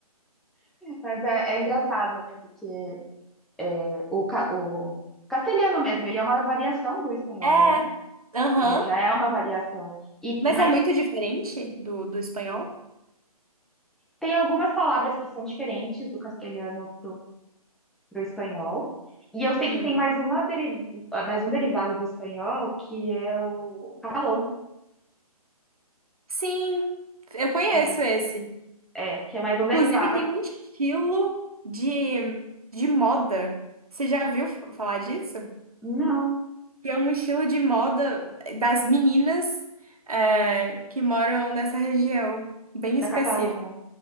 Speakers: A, in the centre; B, on the right.
A: Mas é, é engraçado, né? Porque é, o, ca- o castelhano mesmo, ele é uma variação do espanhol,
B: É,
A: né?
B: aham.
A: Ele já é uma variação. E
B: Mas
A: mas
B: é muito diferente do, do espanhol?
A: tem algumas palavras que são diferentes do castelhano para o espanhol. E eu sei
B: Hum.
A: que tem mais uma deri- mais um derivado do espanhol, que é o catalão,
B: Sim, eu conheço
A: que é,
B: esse.
A: é, que é mais
B: Inclusive,
A: um derivado.
B: tem um estilo de, de moda. Você já viu f- falar disso?
A: Não,
B: Que é um estilo de moda das meninas é, que moram nessa região, bem específico.
A: da Catalunha.